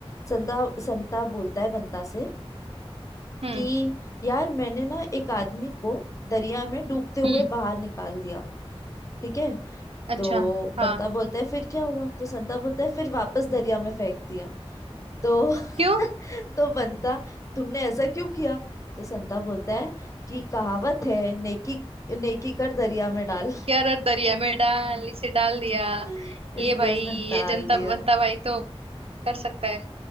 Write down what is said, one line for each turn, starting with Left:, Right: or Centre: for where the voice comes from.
Left: संता संताप बोलता है बंता से
Right: हम्म
Left: कि यार मैंने ना एक आदमी को दरिया में डूबते हुए
Right: हम्म
Left: बाहर निकाल दिया ठीक है
Right: अच्छा
Left: तो बंता
Right: हाँ
Left: बोलता है फिर क्या हुआ तो संता बोलता है फिर वापस दरिया में फेंक दिया तो
Right: क्यों
Left: <laughs> तो बंता तुमने ऐसा क्यों किया तो संता बोलता है कि कहावत है नेकी नेकी कर दरिया में डाल
Right: क्या रर दरिया में डाल इसे डाल दिया
Left: <laughs>
Right: ये
Left: इसलिए
Right: भाई
Left: उसने
Right: ये
Left: डाल
Right: जनता
Left: दिया
Right: बनता भाई तो कर सकता है